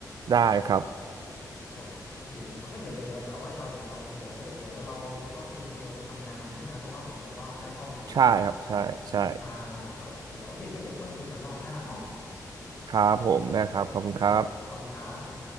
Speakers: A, on the right; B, on the left.
A: ได้ครับ
B: โอเคครับงั้นเดี๋ยวเดี๋ยวเดี๋ยวเดี๋ยวเอาไว้เราเดี๋ยวเราเดี๋ยวเดี๋ยวเราต้องเตรียมตัวไปทำงานใช่ไหมเพราะว่าเห็นบอกว่าใกล้เข้างานละ
A: ใช่ครับใช่ใช่
B: อ่าโอเคโอเคงั้นเดี๋ยวค่อยคุยกันรอบหน้าเนาะ
A: ครับผมได้ครับขอบคุณครับ
B: โอเคขอบคุณครับผม